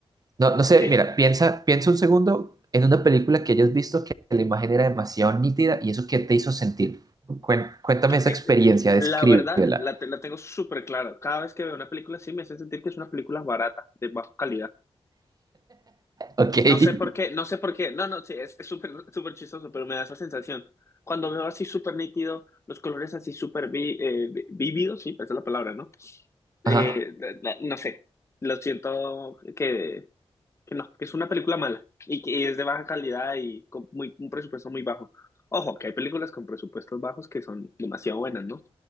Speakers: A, on the right; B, on the left.
A: No, no sé,
B: ok.
A: mira, piensa, piensa un segundo en una película que hayas visto que la imagen era demasiado nítida y eso qué te hizo sentir. Cuen- cuéntame
B: que,
A: esa
B: eh,
A: experiencia, descríbela.
B: La verdad, la, te- la tengo súper claro. Cada vez que veo una película así me hace sentir que es una película barata, de baja calidad.
A: Ok.
B: No sé por
A: <laughs>
B: qué, no sé por qué. No, no, sí, es es súper <laughs> súper chistoso, pero me da esa sensación. Cuando veo así súper nítido, los colores así súper vi- eh, vi- vívidos, sí, esa es la palabra, ¿no? Eh,
A: Ajá.
B: la- la- no sé, lo siento que, que no, que es una película mala y que y es de baja calidad y con muy, un presupuesto muy bajo. Ojo, que hay películas con presupuestos bajos que son demasiado buenas, ¿no?